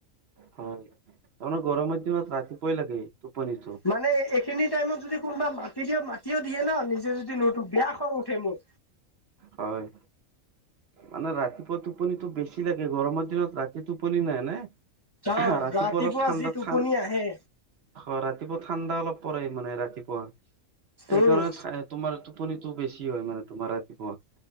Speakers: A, on the right (about 60°); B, on the left (about 25°).
A: হয় তাৰমানে গৰমত দিনত ৰাতিপোৱাই লাগে টোপানীটো।
B: মানে এইখিনি টাইমত যদি- কোনোবা মাতি দিয়ে মাতিও দিয়ে ন নিজে যদি নোঠো বেয়া খং উঠে মোৰ।
A: হয় মানে ৰাতিপুৱা টোপনিটো বেছি লাগে, গৰমৰ দিনত ৰাতি টোপনি নাই ন।
B: অ
A: ৰাতিপুৱা অলপ ঠাণ্ডাত
B: যি টোপনি
A: ঠান-
B: আহে
A: অ ৰাতিপুৱা ঠাণ্ডা অলপ পৰে মানে ৰাতিপুৱা সেইকাৰণে-
B: উম
A: তোমাৰ টোপনিতটো বেছি হয় মানে তোমাৰ ৰাতিপুৱা।